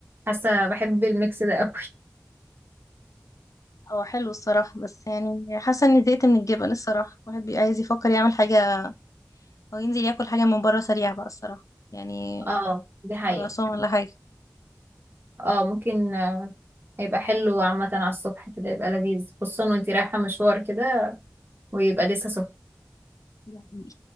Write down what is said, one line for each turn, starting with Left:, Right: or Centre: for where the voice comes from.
Right: حاسة بحب الميكس ده قوي
Left: هو حلو الصراحه بس يعني حاسه اني زهقت من الجبن الصراحه الواحد بيبقى عايز يفكر يعمل حاجه او ينزل ياكل حاجه من بره سريع بقى الصراحه يعني
Right: اه دي حقيقة
Left: خراسان ولا حاجة
Right: اه ممكن آه، هيبقى حلو عامة على الصبح كده يبقى لذيذ خصوصا وانتي رايحة مشوار كده ويبقى لسه سخن
Left: يعني